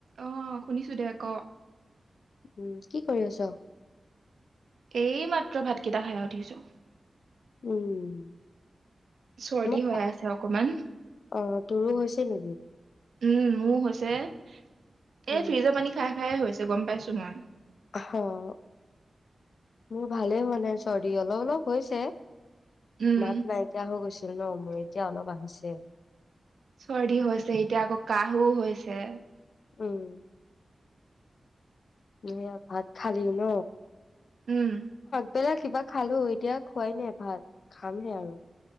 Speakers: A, on the right (about 85°); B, on the left (about 80°).
A: অ', শুনিছোঁ দে, ক'।
B: উম, কি কৰি আছ'?
A: এইমাত্ৰ ভাতকেইটা খাই উঠিছো।
B: উম,
A: চৰ্দি
B: অ',
A: হৈ আছে অকমান
B: তোৰো হৈছে নেকি?
A: উম, মোৰ হৈছে। এই
B: উম,
A: ফ্ৰিজৰ পানী খায় খায়ে হৈছ তে গম পাইছো মই।
B: অ', মোৰ ভালেই হোৱা নাই চৰ্দি, অলপ অলপ হৈছে
A: উম
B: মাত নাইকিয়া হৈ গৈছিল ন মোৰ, এতিয়া অলপ আহিছে।
A: চৰ্দি হৈছে, এতিয়া আকৌ কাহো হৈছে।
B: উম। <unintelligible> ভাত খালি ন?
A: উম।
B: বেলা কিবা খালোঁ, এতিয়া খোৱাই নাই ভাত, খামহে আৰু।